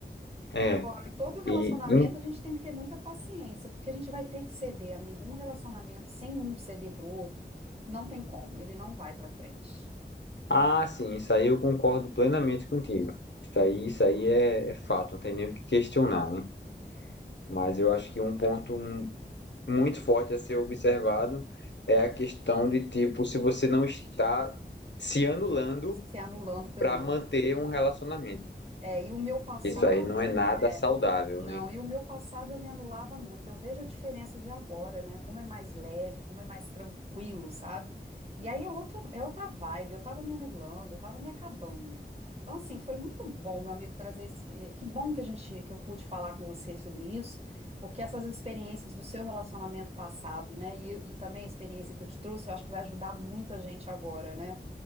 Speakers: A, on the right; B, on the left.
A: Agora,
B: É.
A: todo relacionamento
B: E, e-
A: a gente tem que ter muita paciência, porque a gente vai ter que ceder, amigo. Um relacionamento sem um ceder pro outro, não tem como, ele não vai pra frente,
B: Ah, sim, isso aí eu concordo plenamente contigo. Isso aí, isso aí é, é fato, não tem nem o que questionar, né? Mas eu acho que um ponto muito forte a ser observado é a questão de tipo se você não está se anulando
A: se anulando pelo
B: para
A: outro.
B: manter um relacionamento.
A: É, e o meu passado,
B: Isso aí não é nada
A: é,
B: saudável,
A: Não,
B: né?
A: e o meu passado eu me anulava muito. Eu vejo a diferença de agora, né? Como é mais leve, como é mais tranquilo, sabe? E aí é outra, é outra vibe. Eu tava me anulando, eu tava me acabando. Então, assim, foi muito bom, meu amigo, trazer esse. eh, Que bom que a gente, que eu pude falar com você sobre isso, porque essas experiências do seu relacionamento passado, né? E, e também a experiência que eu te trouxe, eu acho que vai ajudar muito a gente agora, né?